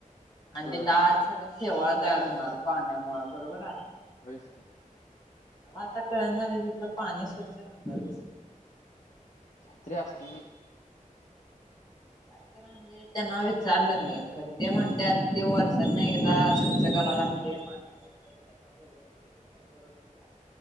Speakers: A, on the left; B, on the left.
A: आणि
B: बर.
A: ते अच्छा ठेवळ तयार होणार पाण्यामुळे बरोबर आहे
B: वैसकी
A: मला आता कळन झालं तिथलं पाणी स्वच्छ राहणार कस
B: ते असत
A: काय म्हणजे त्यांना विचारलं नाही खर ते म्हणतात ते व त नाही स्वच्छ करायलाते माणस त्यांना बोलुम्ही स्वछ करून घ्या